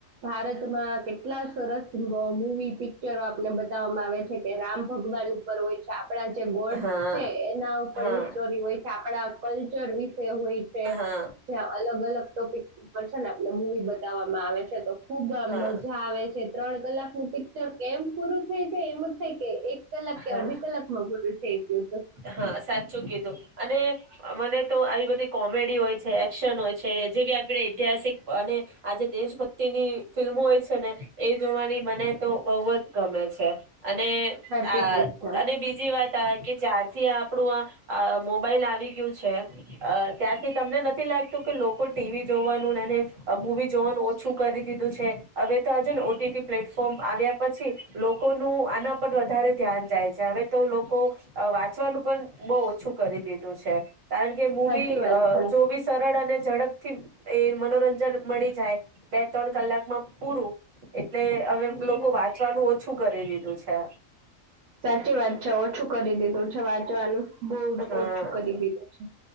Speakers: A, on the right; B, on the right.
A: ભારતમાં કેટલા સરસ મ મૂવી પિક્ચરો આપને બતાવવામાં આવે છે. કે રામ ભગવાન ઉપર હોય છે આપડા જે ગોડ
B: હા
A: છે એના ઉપરની
B: હા
A: સ્ટોરી હોય છે આપડા કલ્ચર વિશે હોય છે.
B: હા
A: જ્યાં અલગ અલગ ટોપિક ઉપર છે ને આપને મૂવી બતાવવામાં આવે છે તો ખુબ આ
B: હા
A: મજા આવે છે ત્ર તણ કલાકનુ પિ કચર કેમ પૂરું થઈ જાય એમ જ થાય કે એક કલાક કે
B: હા
A: અડધી કલાકમાં પૂરું થઈ ગયું તો
B: હા સાચું કીધું અને મને તો આવી બધી કો કોમેડી હોય છે એક્શન હોય છે જેવી આપણે ઐતિહાસિક અને આજે દેશભક્તિની ફિલ્મો હોય છે ને એ જોવાની મને
A: હમ
B: તો બોવ જ ગમે છે. અને
A: સાચી
B: આ
A: વાત છે
B: અને બીજી વાત આ કે ચાર થી આપણું આ આ મોબાઈલ આવી ગયું છે અ ત્યાંથી તમને નથી લાગતું કે લોકો ટીવી જોવાનું અને મુવી જોવાનું ઓછું કરી દીધું છે હવે તો આજો ને ટીટી પ્લેટફોર્મ આવ્યા પછી લોકોનું આના પર વધારે ધ્યાન જાય છે હવે તો લોકો અ વા ચવાનું પણ બોવ ઓછું કરી દીધું છે. કારણ કે મૂવી
A: સાચી વાત
B: અ
A: છે
B: જોવી સરળ અને ઝડપ થી એ મનોરંજન મળી જાય બે ત્રણ કલાક માં પૂરું એટલે અવે
A: હમ
B: લોકો વાંચવાનું ઓ છું કરી દીધું છે.
A: સાચી વાત છે ઓછું કરી દીધું છે વાંચવાનું બહુ જ
B: હા
A: ઓછું કરી દીધું છે.